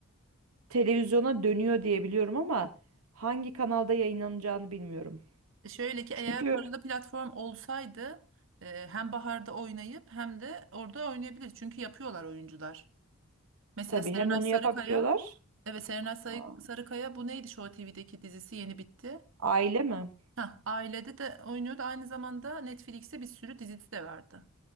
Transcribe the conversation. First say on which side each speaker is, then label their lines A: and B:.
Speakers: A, on the right (about 85°); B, on the right (about 60°).
A: Televizyona dönüyor diye biliyorum ama hangi kanalda yayınlanacağını bilmiyorum.
B: E, Şöyle ki
A: Çünkü
B: eğer paralı platform olsaydı e, hem baharda oynayıp hem de orada oynayabilir. Çünkü yapıyorlar oyuncular. Mesela
A: tabii
B: Serenay
A: hem onu
B: Sarıkaya
A: yapabiliyorlar.
B: evet Serenay Sarı-
A: Aa,
B: Sarıkaya bu neydi Show TV'deki dizisi yeni bitti.
A: Aile mi?
B: Hah, ailede de oynuyordu. Aynı zamanda Netflix'te bir sürü dizisi de vardı.